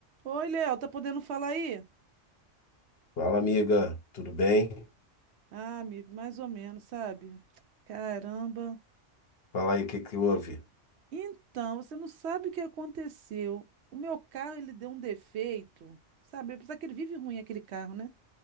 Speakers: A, on the right; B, on the left.
A: Oi, Léo, tá podendo falar aí?
B: Fala, amiga, tudo bem?
A: Ah, amigo, mais ou menos, sabe? Caramba.
B: Fala aí o que que houve.
A: Então, você não sabe o que aconteceu. O meu carro, ele deu um defeito, sabe? Apesar que ele vive ruim, aquele carro, né?